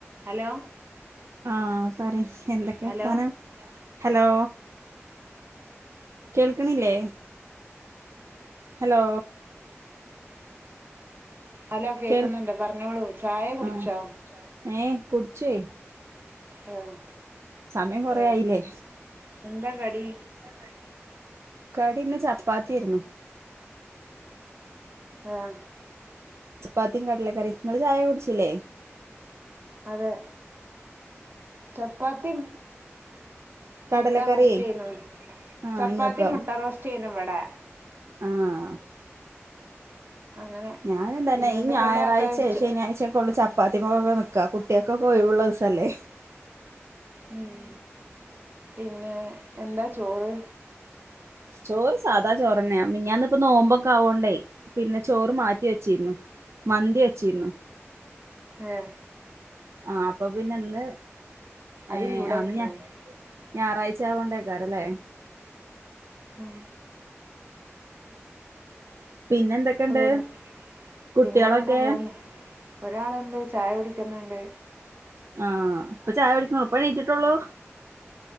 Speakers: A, on the right; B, on the right.
A: Hello
B: ആഹ് പറയ് എന്തൊക്കെ
A: ഹലോ
B: വർത്താനം ഹലോ കേൾക്കണില്ലേ ഹലോ
A: ഹലോ കേക്കുന്നുണ്ട്
B: കേൾ
A: പറഞ്ഞോളൂ ചായെ കുടിച്ചോ
B: ആഹ് ഏഹ് കുടിച്ചുയ്
A: ആഹ്
B: സമയം കൊറെ
A: ആഹ്
B: ആയില്ലേ
A: എന്താ കടി
B: ന്താകടി കടി ഇന്ന് ചപ്പാത്തിയിരുന്നു
A: ആഹ്
B: ചപ്പാത്തിയും കടല ക്കറിം ഇങ്ങൾ ചായ കുടിച്ചില്ലേ
A: അതെ ചപ്പത്തിം
B: കടലക്കറി
A: മുട്ട റോസ്റ്റ് ചെയ്ത്
B: ആഹ്
A: ചപ്പാത്തി
B: ഇങ്ങക്കോ
A: മുട്ട റോസ്റ്റ് യെനിബടെ
B: ആഹ്
A: അങ്ങനെ
B: ഞാനും തന്നെ
A: പിന്നെ
B: ഈ
A: എന്തൊക്കെയുണ്ട്
B: ഞായാഴ്ച്ച
A: വർത്താനിച്ചോ
B: ശനിയാഴിച്ചക്കെള്ള ച പ്പാത്തിമക്കൊക്കെ നിൽക കുട്ടിയെക്കൊക്കെ ഒയിവുള്ള ദിവസല്ലേ
A: ഉം പിന്നെ എന്താ ചോറ്
B: ചോറ് സാധാ ചോറന്നെ മിഞ്ഞാന് ഇപ്പ നോമ്പൊക്കെ ആവോണ്ടേ പിന്നെ ചോറ് മാറ്റി വെച്ചിരുന്നു മന്തി വെച്ചിരുന്നു
A: എഹ്
B: ആഹ് അപ്പൊ പിന്നെ ഇന്ന്
A: അത്
B: ഏഹ്
A: ചൂടാക്കിയാണ്
B: ഇന്ന് ഞ ഞായറാഴ്ചയോണ്ട് കാരല്ലേ
A: ഉം
B: പിന്നെ എന്തൊക്കെണ്ട്
A: അതന്നെ
B: കുട്ടിളൊക്കെ
A: പിന്നെ അങ്ങനെ പോന്നു ഒരാളുണ്ട് ചായ കുടിക്കുന്നുണ്ട്
B: ആഹ് ഇപ്പൊ ചായ കുടിക്കണള്ളു ഇപ്പ എണീറ്റിട്ടോള്ളൂ